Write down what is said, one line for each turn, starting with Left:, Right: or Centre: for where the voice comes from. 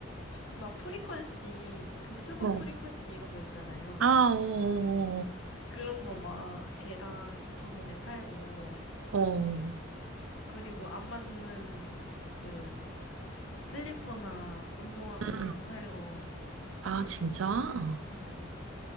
Left: 막 프리퀀시, 그 스벅
Right: 어.
Left: 프리퀀시 이런 거 있잖아요.
Right: 아, 어,
Left: 그런 거 막 개당 2,000원에 팔고,
Right: 어, 어. 어. 어,
Left: 그리고 안 맞는 그 슬리퍼나 운동화 같은
Right: 응. 응.
Left: 거 팔고,
Right: 아, 진짜?
Left: 응.